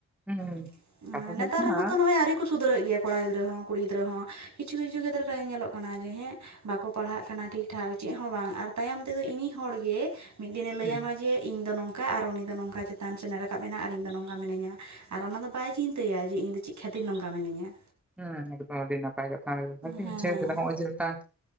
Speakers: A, in the centre; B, on the right.
A: ᱦᱩᱸ ᱦᱩᱸ
B: <inaudible>
A: ᱠᱟᱛᱷᱟ ᱫᱚ
B: ᱱᱮᱛᱟᱨ
A: ᱦᱩᱭᱩᱜ ᱠᱟᱱᱟ
B: ᱨᱮᱦᱚᱸ ᱛᱚ ᱱᱚᱜᱼᱚᱭ ᱟᱹᱣᱨᱤ ᱠᱚ ᱥᱩᱫᱷᱟᱹᱨᱟᱹᱜ ᱜᱮᱭᱟ ᱠᱚᱲᱟ ᱜᱤᱫᱽᱟᱹ ᱦᱚᱸ ᱠᱩᱲᱤ ᱜᱤᱫᱽᱟᱹ ᱦᱚᱸ ᱠᱤᱪᱷᱩ ᱠᱤᱪᱷᱩ ᱠᱷᱮᱛᱨᱮ ᱨᱮ ᱧᱮᱞ ᱠᱟᱱᱟ ᱡᱮ ᱦᱮᱸ ᱵᱟᱠᱚ ᱯᱟᱲᱦᱟᱜ ᱠᱟᱱᱟ ᱴᱷᱤᱠᱴᱷᱟᱠ ᱪᱮᱫ ᱦᱚᱸ ᱵᱟᱝ ᱟᱨ ᱛᱟᱭᱚᱢ ᱛᱮᱫᱚ ᱤᱱᱤ ᱦᱚᱲᱜᱮ ᱢᱤᱫ ᱫᱤᱱᱮ ᱞᱟᱹᱭᱟᱢᱟ
A: ᱦᱮᱸ
B: ᱡᱮ ᱤᱧ ᱫᱚ ᱱᱚᱝᱠᱟ ᱟᱨ ᱩᱱᱤ ᱫᱚ ᱱᱚᱝᱠᱟ ᱪᱮᱛᱟᱱ ᱥᱮᱱᱮ ᱨᱟᱠᱟᱵᱮᱱᱟ ᱟᱨ ᱤᱧ ᱫᱚ ᱱᱚᱝ ᱱᱚᱝᱠᱟ ᱢᱤᱱᱟᱹᱧᱟ ᱟᱨ ᱚᱱᱟ ᱫᱚ ᱵᱟᱭ ᱪᱤᱱᱛᱟᱹᱭᱟ ᱡᱮ ᱤᱧ ᱫᱚ ᱪᱮᱫ ᱠᱷᱟᱹᱛᱤᱨ ᱱᱚᱝᱠᱟ ᱢᱤᱱᱟᱹᱧᱟ
A: ᱦᱮᱸ ᱮᱠᱫᱚᱢ ᱟᱹᱰᱤ ᱱᱟᱯᱟᱭ ᱠᱟᱛᱷᱟᱢ ᱞᱟᱹᱭ ᱠᱮᱫᱟ ᱵᱷᱟᱜᱤᱧ
B: ᱦᱮᱸ
A: ᱵᱩᱡᱷᱟᱹᱣ ᱠᱮᱫᱟ ᱱᱚᱜ-ᱚᱭ ᱡᱮ ᱢᱤᱫᱴᱟᱝ